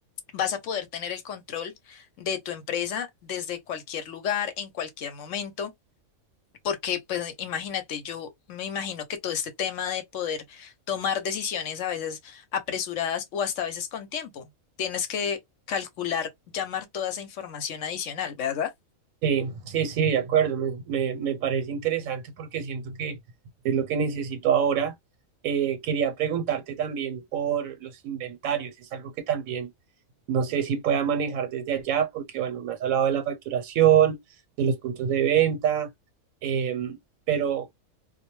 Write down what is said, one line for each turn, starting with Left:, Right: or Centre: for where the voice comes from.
Left: Vas a poder tener el control de tu empresa desde cualquier lugar, en cualquier momento. Porque, pues, imagínate, yo me imagino que todo este tema de poder tomar decisiones a veces apresuradas o hasta a veces con tiempo, tienes que calcular, llamar toda esa información adicional, ¿verdad?
Right: Sí, sí, sí, de acuerdo. Me, me- me parece interesante porque siento que es lo que necesito ahora. Eh, quería preguntarte también por los inventarios. Es algo que también no sé si pueda manejar desde allá porque, bueno, me has hablado de la facturación, de los puntos de venta, eh, pero